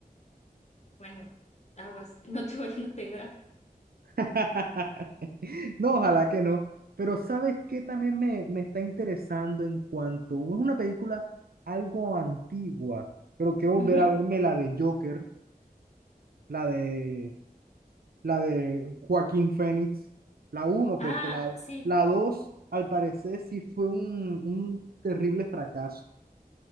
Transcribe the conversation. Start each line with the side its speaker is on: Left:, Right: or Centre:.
Left: Bueno, aguas, <laughs> no te vayan a pegar.
Right: <laughs> No, ojalá que no. Pero ¿sabes qué también me, me está interesando en cuanto? Es una película algo antigua, pero quiero
Left: Ujú.
Right: volver a verme la de Joker, la de la de Joaquín Phoenix la uno
Left: Ah,
Right: porque la,
Left: sí.
Right: la 2
Left: ujú.
Right: al parecer sí fue un, un terrible fracaso.